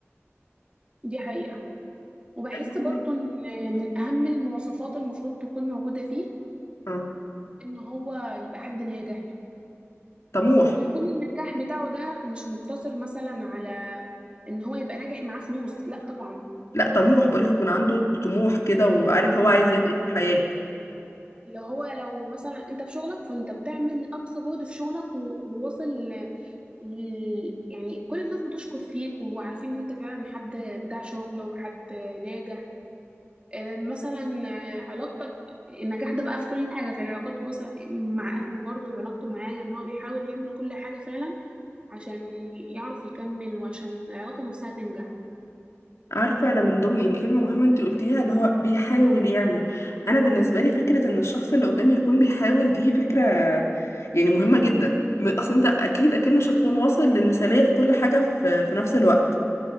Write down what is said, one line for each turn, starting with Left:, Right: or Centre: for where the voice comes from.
Right: دي حقيقه وبحس
Left: تاني حاجة-
Right: برضو ان من اهم المواصفات المفروض تكون موجوده فيه
Left: اه
Right: ان هو يبقى حد ناجح
Left: طموح
Right: ويكون النجاح بتاعه ده مش مقتصر مثلا على ان هو يبقى ناجح معاه فلوس لا طبعا
Left: لا طموح بقولك يكون عنده طموح كده وعارف هو عايز يعمل ايه في الحياة
Right: اللي هو لو مثلا انت في شغلك فانت بتعمل اقصى جهد في شغلك و- وواصل ل- ل- يعني كل الناس بتشكر فيك وعارفين ان انت فعلا حد بتاع شغل وحد ناجح آه، مثلا آه، علاقتك النجاح ده بقى في كل حاجة في علاقاته بس مع أهله برضه وعلاقته معايا إن هو بيحاول يعمل كل حاجة فعلا عشان يعرف يكمل وعشان العلاقة نفسها تنجح
Left: عارفة أنا من ضمن يعني كلمة مهمة أنت قلتيها اللي هو بيحاول يعمل أنا بالنسبة لي فكرة إن الشخص اللي قدامي يكون بيحاول دي فكرة يعني مهمة جدا م- أصل أنت أكيد أكيد مش هتكون واصل للمثالية في كل حاجة في, في نفس الوقت